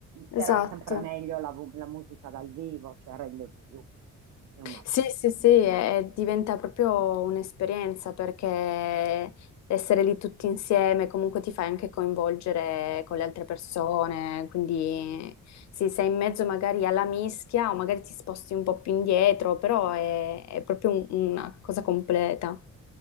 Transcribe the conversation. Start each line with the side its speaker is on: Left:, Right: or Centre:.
Left: esatto.
Right: però è sempre meglio la, vo- la musica dal vivo, cioè rende di più, è un'altra
Left: Sì, sì,
Right: cosa.
Left: sì, è- è- diventa proprio un'esperienza perché essere lì tutti insieme comunque ti fai anche coinvolgere con le altre persone, quindi sì, sei in mezzo magari alla mischia o magari ti sposti un po' più indietro, però è, è proprio un- una cosa completa.